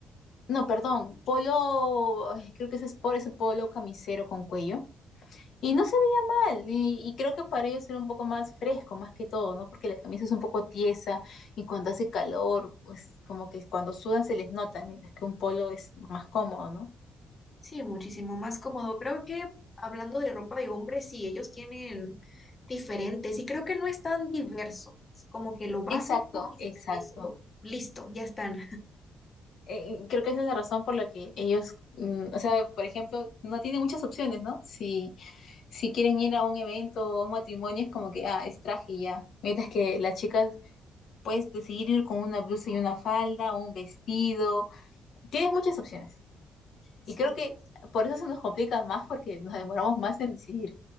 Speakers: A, on the left; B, on the left.
A: No, perdón, polo, ay, creo que ese es por ese polo camisero con cuello y no se veía mal, y, y creo que para ellos era un poco más fresco, más que todo, ¿no? Porque la camisa es un poco tiesa y cuando hace calor, pues como que cuando sudan se les nota, mientras que un polo es más cómodo, ¿no?
B: Sí, muchísimo más cómodo. Creo que hablando de ropa de hombres, sí, ellos tienen diferentes y creo que no es tan diverso. Es como que lo básico
A: Exacto,
B: y
A: exacto.
B: con eso, listo, ya están.
A: Eh, creo que esa es la razón por la que ellos, mm, o sea, por ejemplo, no tienen muchas opciones, ¿no? Si, si quieren ir a un evento o a un matrimonio, es como que, ah, es traje y ya. Mientras que las chicas puedes decidir ir con una blusa y una falda o un vestido. Tienes muchas opciones.
B: Sí,
A: Y creo que por eso se nos complica más porque nos demoramos más en decidir.